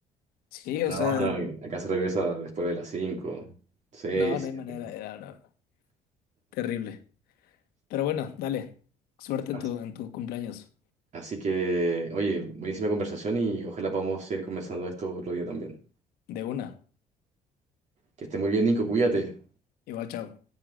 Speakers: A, on the left; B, on the right.
A: Sí,
B: No,
A: o sea,
B: no, acá se regresa después de las 5 6
A: no, no hay
B: siete
A: manera, era no, terrible. Pero bueno, dale, suerte
B: Así
A: en tu, en tu cumpleaños.
B: así que, oye, buenísima conversación y ojalá podamos seguir conversando de esto otro día también.
A: De una.
B: Que esté muy bien, Nico, cuídate.
A: Igual, chao.